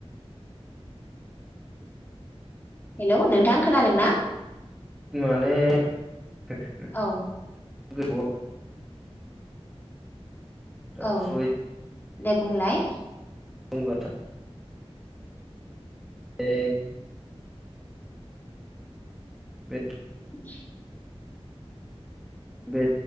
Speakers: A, on the left (about 20°); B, in the centre.
A: हेल' नोंथां खोनादोंना
B: <inaudible> माने <inaudible> <unintelligible>
A: औ।
B: <inaudible> दा
A: औ
B: फ्रुइट
A: दे बुंलाय।
B: बुंबाथ' ए बे
A: <inaudible>
B: बे